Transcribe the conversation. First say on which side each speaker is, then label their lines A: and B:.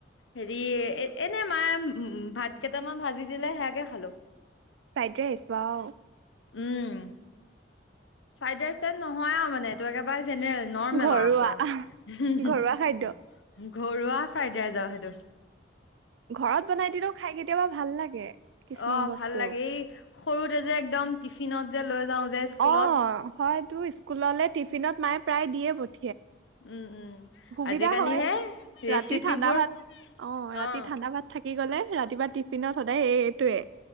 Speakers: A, on the left; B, on the right.
A: হেৰি এনে মায়ে ভাত কেইটামান ভাজি দিলে সেইয়াকে খালো।
B: ফ্ৰাইড ৰাইচ ৱাও
A: উম ফ্ৰাইড ৰাইচ টাইপ নহয় আৰু মানে এইটো একেবাৰে জেনেৰেল নৰ্মেল
B: ঘৰুৱা
A: আৰু পূৰা হু হু
B: ঘৰুৱা খাদ্য
A: হুম‌ ঘৰুৱা ফ্ৰাইড ৰাইচ আৰু সেইটো
B: ঘৰত বনাই দিলেও খাই কেতিয়াবা ভাল লাগে। কিছুমান
A: অ'
B: বস্তু
A: ভাল লাগে এই সৰুতে যে একদম টিফিন টিফিনত যে লৈ যাওঁ যে স্কুলত
B: অ' হয়তো স্কুললে টিফিনত মায়ে প্ৰায় দিয়ে পঠিয়াই
A: উম উম
B: সুবিধা
A: আজিকালিহে
B: হয়
A: ৰেচিপিবোৰ
B: ৰাতি ঠাণ্ডা ভাত ৰাতি
A: অ
B: ঠাণ্ডা ভাত থাকি গ'লে ৰাতিপুৱা টিফিনত সদায় সে সেইটোৱে।